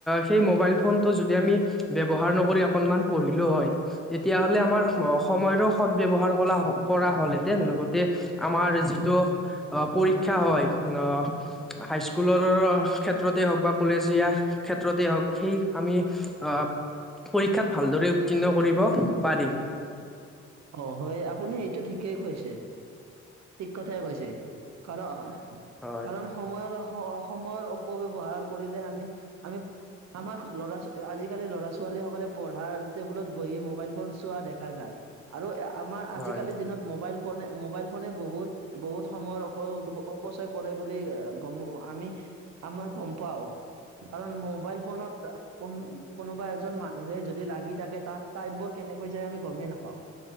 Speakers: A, in the centre; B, on the right.
A: সেই মোবাইল ফোনটো যদি আমি ব্যৱহাৰ নকৰি অকনমান পঢ়িলো হয়। তেতিয়াহ'লে আমাৰ সময়ৰো সদ ব্যৱহাৰ কলা কৰা হ'লহেঁতেন লগতে আমাৰ যিটো আহ পৰীক্ষা হয়, আহ হাইস্কুলৰ ক্ষেত্ৰতে হওক বা কলেজীয়া ক্ষেত্ৰতে হওঁক। সেই আমি আহ পৰীক্ষাত ভালদৰে উত্তীৰ্ণ কৰিব পাৰিম।
B: অ হয়। আপুনি এইটো ঠিকেই কৈছে ঠিক কথাই কৈছে। কাৰণ
A: হয়
B: কাৰণ সময়ৰ, সময়ৰ অপব্যৱহাৰ কৰিলে আমি আমি আমাৰ লৰা আজিকালি ল'ৰা ছোৱালী সকলে পঢ়াৰ টেবুলত বহি মোবাইল ফোন চোৱা দেখা যায়। আৰু আমাৰ আজিকালিৰ
A: হয়
B: দিনত মোবাইল ফোনে মোবাইল ফোনে বহুত বহুত সময়ৰ অপব্যৱ অপচয় কৰে বুলি গম আমি আমাক গম পাওঁ। কাৰণ মোবাইল ফোনত কোন কোনোবা এজন মানুহে যদি লাগি থাকে তাত টাইম বোৰ কেনেকৈ যায় আমি গমেই নাপাওঁ।